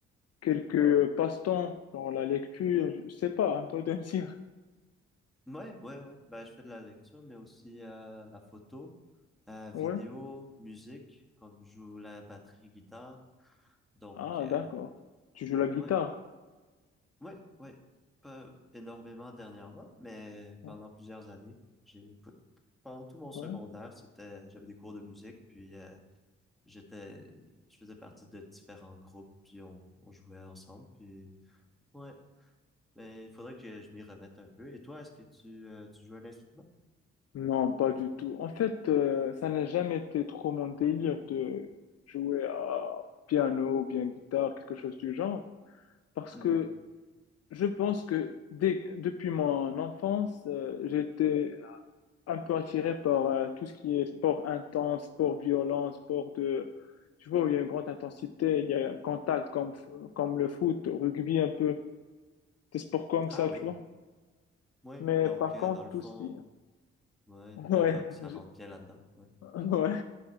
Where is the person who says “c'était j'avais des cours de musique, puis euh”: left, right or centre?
Centre